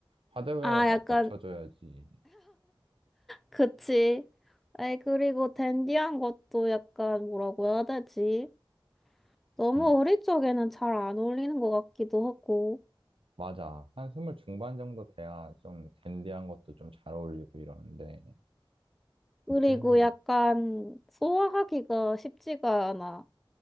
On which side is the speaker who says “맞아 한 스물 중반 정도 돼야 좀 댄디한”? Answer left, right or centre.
Right